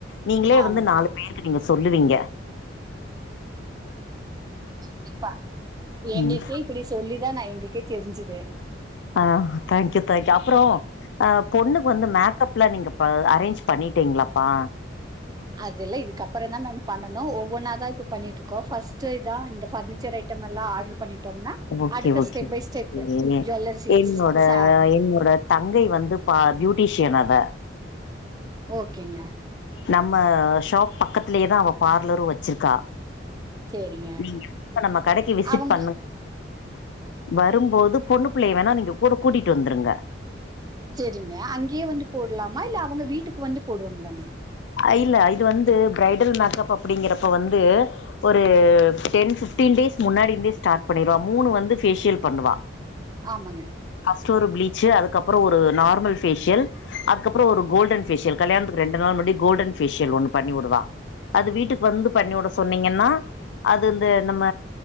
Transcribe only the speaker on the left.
நீங்களே
வந்து நாலு பேருக்கு நீங்க சொல்லுவீங்க
ம்
ஆ தங்க்யூ தங்க்யூ அப்புறோ ஆ பொண்ணுக்கு வந்து மேக் கப்லா நீங்க ப அரேஞ்ச் பண்ணிட்டீங்ளாப்பா
ஓகே ஓகே
ஓகே
என்னோட
<unintelligible> தங்கை வந்து பா பியூட்டீஷியன் அவ
நம்ம ஷாப் பக்கத்துலயேதா அவ பார்லரு வச்சிருக்கா
ம் இப்ப நம்ம கடைக்கி விசிட்
பண்ணு வரும்போது பொண்ணு புள்ளைய வேணா நீங்க கூட கூட்டிட்டு வந்துருங்க
ஆ இல்ல இது வந்து பிரைடல் மேக்கப் அப்டிங்கறப்ப வந்து ஒரு டென் ஃபிவ்டின் டேஸ் முன்னாடிந்தே ஸ்டார்ட் பண்ணிருவா மூணு வந்து ஃபேஷியல் பண்ணுவா
ஃபர்ஸ்ட்டு ஒரு ப்ளீச்சு அதுக்கப்றோ ஒரு நார்மல் ஃபேஷியல் அதுக்கப்றோ ஒரு கோல்டன் ஃபேஷியல் கல்யாணத்துக்கு ரெண்டு நாள் முன்னாடி கோல்டன் ஃபேஷியல் ஒன்னு பண்ணி வுடுவா அது வீட்டுக்கு வந்து பண்ணிவுட சொன்னீங்கன்னா அதிந்த நம்ம